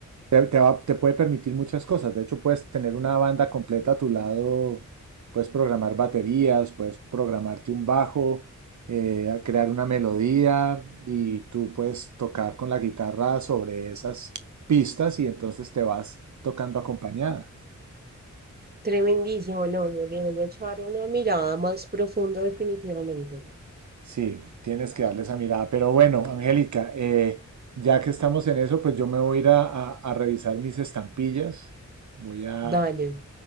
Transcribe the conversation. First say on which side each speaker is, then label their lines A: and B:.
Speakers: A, on the right; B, on the right.
A: te, te va- te puede permitir muchas cosas. De hecho, puedes tener una banda completa a tu lado, puedes programar baterías, puedes programarte un bajo, eh, crear una melodía y tú puedes tocar con la guitarra sobre esas pistas y entonces te vas tocando acompañada.
B: Tremendísimo, no, no, le voy a echar una mirada más profunda definitivamente.
A: Sí, tienes que darle esa mirada. Pero bueno, Angélica, eh, ya que estamos en eso, pues yo me voy a ir a, a- a revisar mis estampillas. Voy a,
B: Dale.